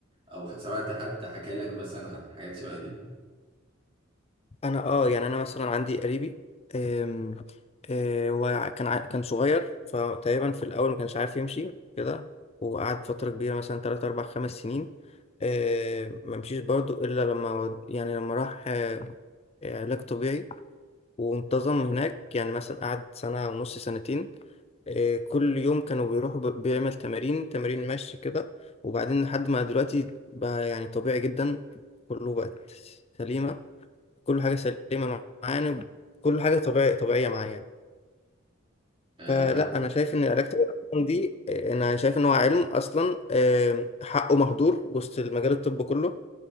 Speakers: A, on the right; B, on the left.
A: او سمعت حد حكى لك مثلا عن حاجات شبه دي
B: انا اه يعني انا مثلا عندي قريبي آم، آه، هو كان ع- كان صغير فتقريبا في الاول ما كانش عارف يمشي كده وقعد فتره كبيره مثلا 3 4 5 سنين آه، ما مشيش برضه الا لما ود- يعني لما راح آه، آه، علاج طبيعي وانتظم هناك يعني مثلا قعد سنه ونص سنتين آه، كل يوم كانوا بيروحوا ب- بيعمل تمارين تمارين مشي كده وبعدين لحد ما دلوقتي بقى يعني طبيعي جدا كله بقت سليمة كل حاجة سليمة معانا كل حاجة طبيعي طبيعية معايا يعني
A: آه،
B: فلا
A: ما
B: أنا شايف إن العلاج الطبيعي دي آه، أنا شايف إن هو علم أصلا آم، حقه مهدور وسط المجال الطب كله